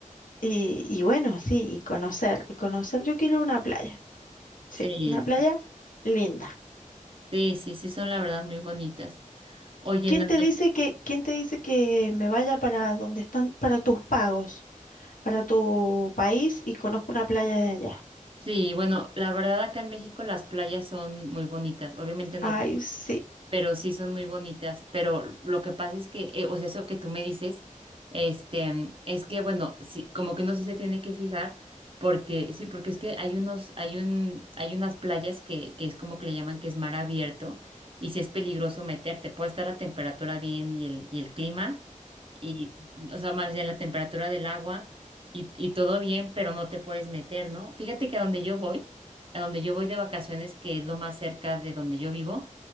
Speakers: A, on the left (about 75°); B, on the right (about 40°).
A: y, y bueno, sí, y conocer, y conocer, yo quiero una playa, sí,
B: Sí,
A: una playa linda.
B: sí, sí, sí, son la verdad muy bonitas. Oye,
A: ¿Quién
B: no,
A: te dice que, quién te dice que me vaya para donde están, para tus pagos, para tu país y conozco una playa de allá?
B: sí, bueno, la verdad acá en México las playas son muy bonitas, obviamente no
A: Ay,
B: todas.
A: sí.
B: pero sí son muy bonitas. Pero lo que pasa es que, eh, o sea, eso que tú me dices, este, es que, bueno, sí, como que uno sí se tiene que fijar, porque, sí, porque es que hay unos, hay un, hay unas playas que, que es como que le llaman que es mar abierto, y sí es peligroso meterte. Puede estar la temperatura bien y el, y el clima, y, o sea, más bien la temperatura del agua, y, y todo bien, pero no te puedes meter, ¿no? Fíjate que a donde yo voy, a donde yo voy de vacaciones, que es lo más cerca de donde yo vivo,